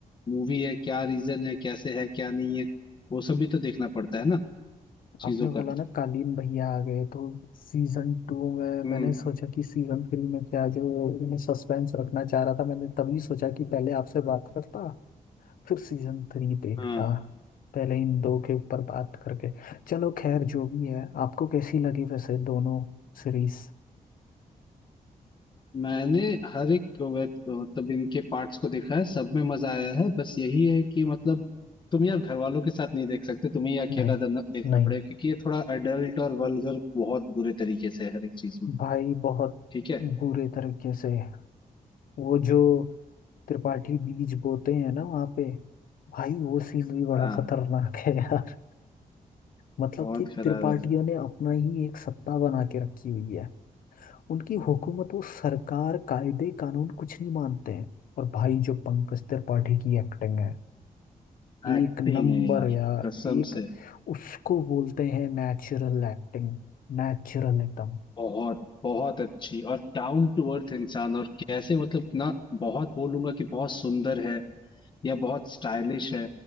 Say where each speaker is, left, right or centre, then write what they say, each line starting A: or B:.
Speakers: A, on the left (about 35°); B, on the left (about 85°).
A: मूवी है क्या रीजन है कैसे है क्या नहीं है वो सब भी तो देखना पड़ता है ना चीजों
B: आपने बोला
A: का
B: ना कालीन भैया आ गए तो सीजन टू में
A: हम्म
B: मैंने सोचा कि सीजन थ्री में क्या जो सस्पेंस रखना चाह रहा था मैंने तभी सोचा कि पहले आपसे बात करता फिर सीजन थ्री देखता
A: हाँ
B: पहले इन दो के ऊपर बात करके चलो खैर जो भी है आपको कैसी लगी वैसे दोनों सीरीज
A: मैंने हर एक वेब मतलब इनके पार्ट्स को देखा है सब में मजा आया है बस यही है कि मतलब तुम यार घर वालों के साथ नहीं देख सकते तुम्हें ये अकेला
B: नहीं
A: दन- देखना
B: नहीं
A: पड़ेगा क्योंकि ये थोड़ा अडल्ट और वल्गर बहुत बुरे तरीके से है हर एक चीज में
B: भाई बहुत
A: ठीक है
B: बुरे तरीके से वो जो त्रिपाठी बीज बोते हैं ना वहां पे भाई वो सीन भी बड़ा
A: हाँ
B: खतरनाक है यार मतलब
A: बहुत
B: कि
A: खराब
B: त्रिपाठियों ने अपना ही एक सत्ता बना के रखी हुई है उनकी हुकूमत वो सरकार कायदे कानून कुछ नहीं मानते हैं और भाई जो पंकज त्रिपाठी की एक्टिंग है एक
A: है एक्टिंग
B: नंबर
A: है यार
B: यार
A: कसम
B: एक
A: से
B: उसको बोलते हैं नेचुरल एक्टिंग नेचुरल एकदम
A: बहुत बहुत अच्छी और डाउन टू अर्थ इंसान और कैसे मतलब ना बहुत बोलूंगा कि बहुत सुंदर है या बहुत स्टाइलिश है